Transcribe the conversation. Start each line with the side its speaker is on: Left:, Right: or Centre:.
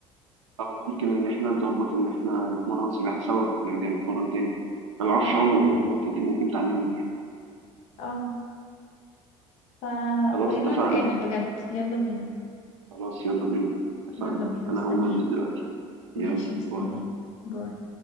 Right: أو ممكن إن إحنا نظبط إن إحنا نتمرن سباحة سوا نرجع نتمرن تاني أنا معرفش
Left: ما أكيد.
Right: أعوم عموما فأنت ممكن تعلميني يعني
Left: اه فخيرنا
Right: خلاص اتفقنا
Left: نتقابل بجد يلا بينا
Right: خلاص يلا بينا اتفقنا
Left: يلا بينا مستنياك
Right: أنا هقوم ألبس دلوقتي
Left: ماشي
Right: يلا
Left: مستنياك
Right: باي
Left: باي